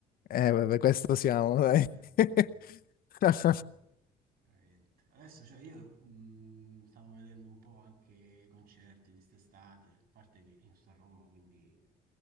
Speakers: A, on the left (about 60°); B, on the right (about 60°).
A: Eh, vabbè, questo siamo,
B: Però
A: dai.
B: bello,
A: <laughs>
B: bello, bello. No, veramente. veramente. Adesso, cioè, io mh, stavo vedendo un po' anche i concerti di quest'estate, a parte che io sto a Roma, quindi